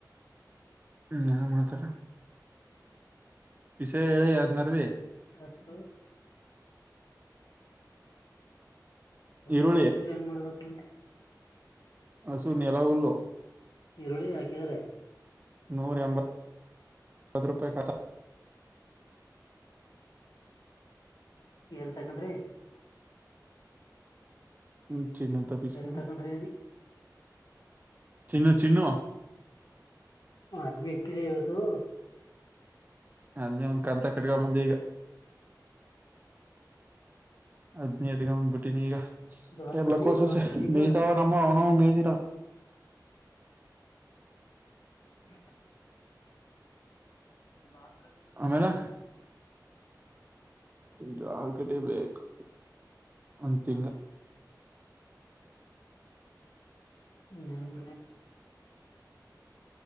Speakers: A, on the right (about 25°); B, on the left (about 70°).
A: ಹ್ಮ ಏನ ಮಾಡ್ತಾರ ವಿಷಯ ಹೇಳಿ ಅದನಾರವಿ
B: ಹಷ್ಟ ಹಸು
A: ಈರುಳ್ಳಿ
B: ಹಸು ಏನ್ ಮಾಡದಪ್ಪ ಅಂತ
A: ಹ ಸು ನೀ ಎಲ್ಲ ಉಲ್ಲ
B: ಈರುಳ್ಳಿ ಹಾಕಿದಿದ್ದಾರೆ
A: ನೂರ ಎಂಬತ್ತು ರೂಪಾಯಿ ಕಾಲ
B: ಎಳ್ ತಕೊಂಡ್ರಿ
A: ಹ್ಮ ಚಿನ್ನಂತಪ್ಪೀಸ್ಕ
B: ಎಲ್
A: ಮದು
B: ತಕೊಂಡ್ರಿ ಅಂದಿ
A: ಚನ್ನ ಚಿನ್ನ
B: ರ್ ಮಸ್ತ್ರಿ ಇ ತು
A: ಅದ್ನ್ನೇ ಒಂದ್ ಕಂತ ಕಟ್ಕ ಬಂದ ಈಗ ಹದ್ನೇದಗ ಬಂದ್ಬಿಟ್ಟಿನಿ ಈಗ
B: ದಾಲ್
A: ಎಲ್ಲ
B: ಕಡಿ
A: ಕೋಸಸ
B: ದಾಲ್ ಕಡಿ ಇಲ್ವಾ
A: ಮೇಯತಾವ ನಮ್ಮ ಅವನು ಅ ಮೇದರಾ
B: ಹ ಬಲ್ ಕಟ್ಟ
A: ಆಮೇಲೆ ಜಾರ್ ಕಡೆ ಬೇಕು ಒಂದ್ ತಿಂಗ
B: ನನ್